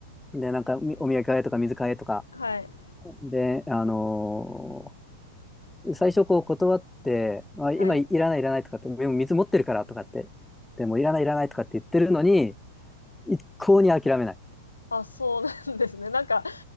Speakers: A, in the centre; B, on the left.
A: で、なんかみお土産買えとか水買えとか。
B: はい。
A: で、あのー最初こう断って、あ、今いらないいらないとかって、
B: はい。
A: でも水持ってるからとかって、でもいらないいらないとかって言ってるのに、一向に諦めない。
B: あ、そうなんですね。なんか、